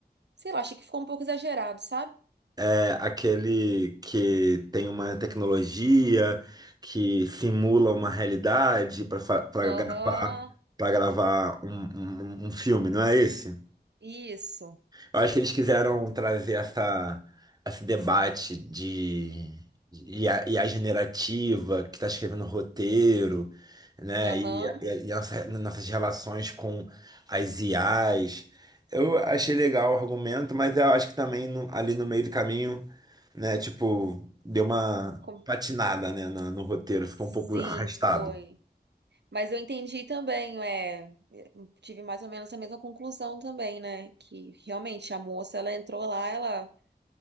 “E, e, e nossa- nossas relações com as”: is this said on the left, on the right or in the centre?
Right